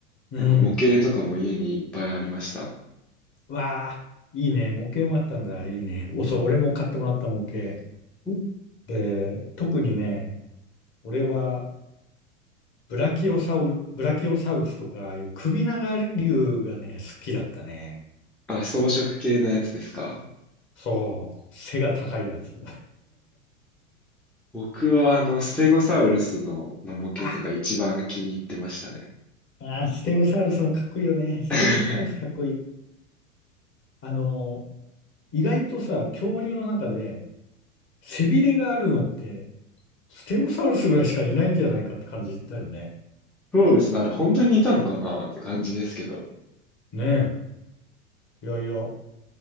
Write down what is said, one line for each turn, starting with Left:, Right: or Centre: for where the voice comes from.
Left: うん。
Centre: なんか模型とかも家にいっぱいありました。
Left: わあ、いいね。模型もあったんだ。いいね。お、そう、俺も買ってもらった模型。
Centre: うん
Left: で、特にね、俺は、ブラキオサウル、ブラキオサウルスとかいう首長竜がね、好きだったね。
Centre: あ、装飾系のやつですか
Left: そう。背が高いやつ。
Centre: 僕は、あの、ステゴサウルスの、の模型とか一番気に入ってましたね。
Left: あ、あー、ステゴサウルスもかっこいいよね。ステゴサウルスかっこいい。
Centre: <laughs>
Left: あのー、意外とさ、恐竜の中で背びれがあるのってステゴサウルスぐらいしかいないんじゃないかって感じだよね。
Centre: そうですね。あれ、本当にいたのかなって感じですけど。
Left: ねえ。いやいや、あ